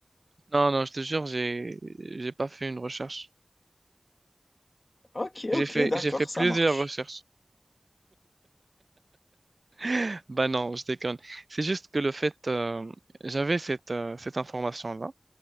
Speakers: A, on the right; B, on the left.
A: Non, non, je te jure, j'ai j'ai pas fait une recherche.
B: Ok,
A: J'ai
B: ok,
A: fait
B: d'accord,
A: j'ai fait plusieurs
B: ça marche.
A: recherches. <laughs> Bah non, je déconne. C'est juste que le fait euh, j'avais cette euh, cette information-là,